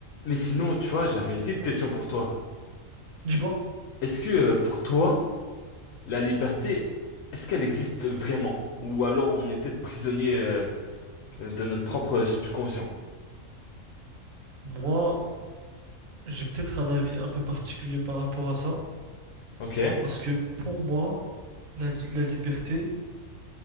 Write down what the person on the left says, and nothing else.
Mais sinon, tu vois, j'avais une petite question pour toi.
Est-ce que euh, pour toi, la liberté, est-ce qu'elle existe vraiment? Ou alors on est peut-être prisonnier euh, de notre propre subconscient?
Ok,